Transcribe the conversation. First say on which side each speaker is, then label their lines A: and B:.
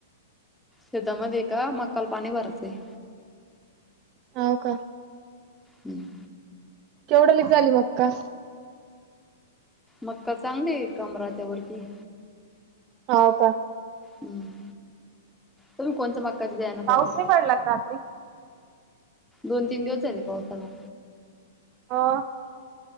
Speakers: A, in the centre; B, on the right.
A: शेता मध्ये का मक्का ला पाणी भरायचंय?
B: हो का?
A: हम्म
B: केवढा ली झाली मक्का?
A: मक्का चांगलीये कमराच्या वरती
B: हाव का.
A: हम्म तुम्ही कोणतं मक्काचं बियाणं
B: पाऊस
A: पेरता?
B: नाही पडला का रात्री
A: दोन-तीन दिवस झाले पावसाला.
B: हा